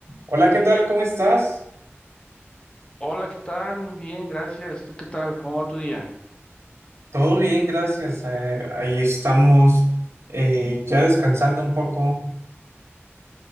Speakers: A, on the right; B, on the left.
A: Hola, ¿qué tal? ¿Cómo estás?
B: Hola, ¿qué tal? Muy bien, gracias. ¿Tú qué tal? ¿Cómo va tu día?
A: Todo bien, gracias. eh, ahí estamos eh, ya descansando un poco.